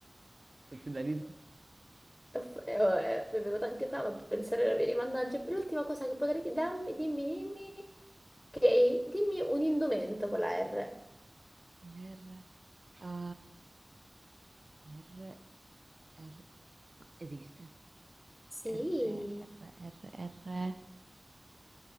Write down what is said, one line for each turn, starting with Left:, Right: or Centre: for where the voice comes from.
Right: Sono più da riso.
Left: E f- e vabbè, mi è venuta anche fame a pensare ai ravioli, mannaggia. L'ultima cosa che potrei darmi, dimmi, dimmi, che dimmi un indumento con la R.
Right: R, A, R, R, ma esiste.
Left: Sì,
Right: R, R, R, R,